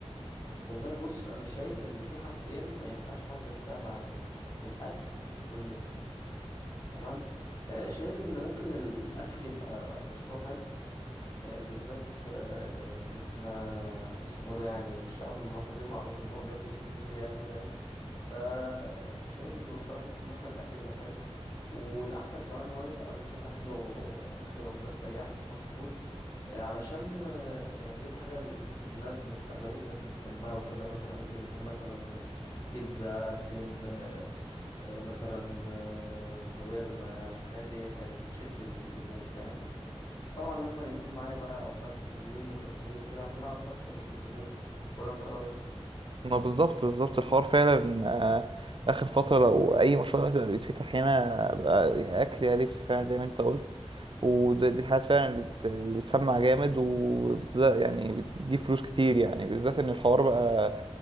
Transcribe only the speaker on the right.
ما بالظبط بالظبط الحوار فعلا آه، اخر فتره لو اي مشروع دلوقتي بقى بيتفتح هنا بقى يا اكل يا لبس فعلا زي ما انت قلت ودي دي الحاجات فعلا اللي بت- اللي بتسمع جامد وبتز يعني بتجيب فلوس كتير يعني بالذات ان الحوار بقى